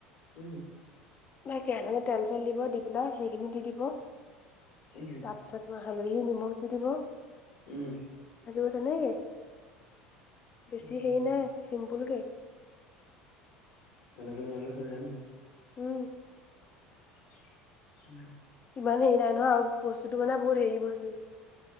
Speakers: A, on the left; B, on the left.
A: উম।
B: কেৰাহিত তেল-চেল দিব দি পেলা সেইখিনি দি দিব।
A: উম।
B: তাৰপিছত তোমাৰ হালধি নিমখ দি দিব।
A: উম।
B: ভাজিব তেনেকে বেছি
A: উম
B: হেৰি নাই চিম্পুল কে।
A: তেনেকে বনালে হৈ যায় নি?
B: উম।
A: <inaudible>
B: ইমান হেৰি নাই নহয়, আৰু বস্তুটো মানে বহুত হেৰি বস্তু